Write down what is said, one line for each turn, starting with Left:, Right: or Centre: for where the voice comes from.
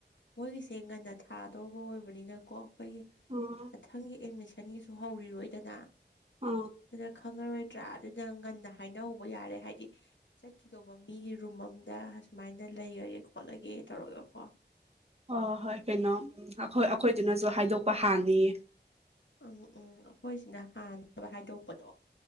Left: ꯃꯣꯏꯒꯤꯁꯦ ꯉꯟꯅ ꯊꯥꯗꯧꯕ ꯑꯣꯏꯕꯅꯤꯅꯀꯣ ꯑꯩꯈꯣꯏꯒꯤ
Right: ꯑꯣ
Left: ꯃꯊꯪꯒꯤ ꯑꯦꯗꯃꯤꯁꯟꯒꯤꯁꯨ ꯍꯧꯔꯤꯔꯣꯏꯗꯅ
Right: ꯑ
Left: ꯐꯖ ꯈꯪꯉꯔꯣꯏ ꯇ꯭ꯔ ꯑꯗꯨꯗ ꯉꯟꯅ ꯍꯥꯏꯅꯍꯧꯕ ꯌꯥꯔꯦ ꯍꯥꯏꯗꯤ ꯀꯩꯗꯧꯕ ꯃꯤꯒꯤ ꯔꯨꯝ ꯑꯝꯗ ꯑꯨꯃꯥꯏꯅ ꯂꯩꯔꯒꯦ ꯈꯣꯠꯂꯒꯦ ꯇꯧꯔꯒ ꯀꯣ
Right: ꯑꯣ ꯍꯣꯏ ꯀꯩꯅꯣ ꯎꯝ ꯑꯩꯈꯣꯏ ꯑꯩꯈꯣꯏꯗꯨꯅꯁꯨ ꯍꯥꯏꯗꯣꯛꯄ ꯍꯅꯤꯌꯦ
Left: ꯎꯝ ꯎꯝ ꯑꯩꯈꯣꯏꯁꯤꯅ ꯍꯥꯟꯅꯕ ꯍꯥꯏꯗꯣꯛꯄꯗꯣ